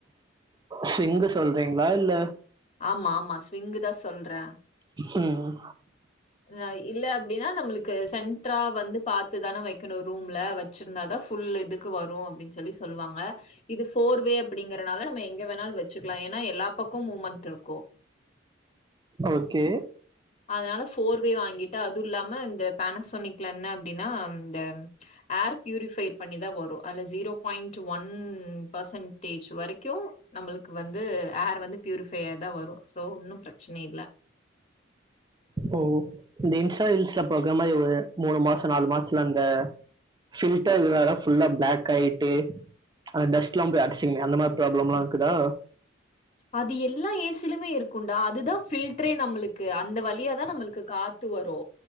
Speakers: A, on the right (about 20°); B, on the left (about 35°).
A: swing சொல்றீங்ளா இல்ல
B: ஆமா ஆமா ஸ்விங்கு தா சொல்றே
A: ம்
B: நா இல்ல அப்டின்னா நம்மளுக்கு சென்ட்ரா வந்து பாத்து தானே வெக்கணு ரூம்ல வந் வெச்சிருந்தா ஃபுல் இதுக்கு வரு அப்டின்னு சொல்லி சொல்லுவாங்க இது ஃபோர்வே அப்டிங்கறனால நம்ம எங்க வேணாலு வெச்சக்கலா ஏன்னா எல்லா பக்கமு மூமெண்ட் இருக்கு
A: ஓகே
B: அதனால ஃபோர்வே வாங்கிட்டு அதுவு இல்லாம இந்த பேனசோனிக்ல என்ன அப்டின்னா இந்த ஏர் பியூரிஃபை பண்ணிதா வரு அது ஜீரோ பாயிண்ட் ஒன் பர்சன்டேஜ் வரைக்கு நம்மளுக்கு வந்து ஏர் வந்து பியூரிஃபையா தா வரு சோ ஒன்னு பிரச்சன இல்ல
A: ஓ இந்த இன்ஸ்டா ரீல்ஸ்ல பொக மாரி ஒரு மூணு மாசோ நாலு மாசத்துல அந்த ஃபில்டர் இல்லதனால ஃபுல்லா பிளாக் ஆயிட்டு அந்த டஸ்ட்லா போய் அடச்சிக்குனு அந்த மாரி ப்ராப்லம்லா இருக்குதா
B: அது எல்லா ஏ சி லுமே இருக் குண்டா அதுதா ஃபில்டரே நம்மளுக்கு அந்த வழியாதா நம்மளுக்கு காத்து வரு